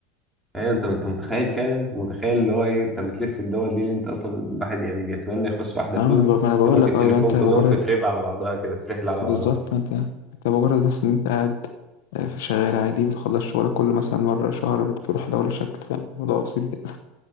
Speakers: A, in the centre; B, on the left.
A: ايوه انت انت متخيل فعلا متخيل اللي هو ايه انت بتلف الدول دي اللي انت اصلا الواحد يعني بيتمنى يخش واحده فيهم
B: اه ما انا ب- ما انا
A: انت
B: بقول
A: ممكن
B: لك
A: تلفهم
B: اه يبقى انت
A: كلهم
B: مجرد
A: في تريب على بعضها كده في رحله على
B: بالظبط
A: بعضها
B: انت انت مجرد بس ان انت قاعد آه، في شغال عادي بتخلص شغلك كل مثلا مرة شهر بتروح دولة شكل فاهم الموضوع بسيط جدا